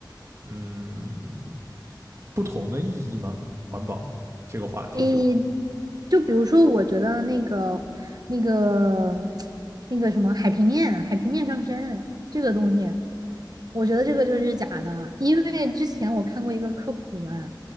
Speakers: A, on the right; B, on the right.
A: 嗯，不同的意义吗？环保这个话题，
B: 诶，就比如说，我觉得那个、那个、那个什么海平面、海平面上升这个东西，我觉得这个就是假的，因为之前我看过一个科普嘛，